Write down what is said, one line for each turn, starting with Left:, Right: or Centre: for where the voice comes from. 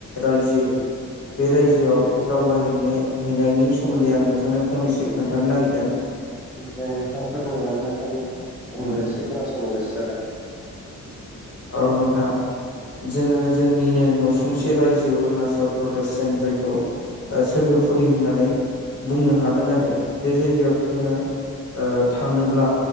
Left: रायजो बे रायजोआव दावबायहैनो हैनायनि सोमोन्दै आं नोंथांनो फंनैसो खोन्थानो नागिरदों। दों
Centre: दे नोंथां फोरमायलांनो हागोन नों आंबो
Left: उम
Centre: एसे खोनासंनो गोसो जादों।
Left: औ नोंथां जोङो जोंनिनो नसुंसे रायजो अरुणाचल प्रदेशजों जायखौ सोरगोफुरि होननानै बुंनो हागोन आरो बे जायगायाव जोङो थांनोब्ला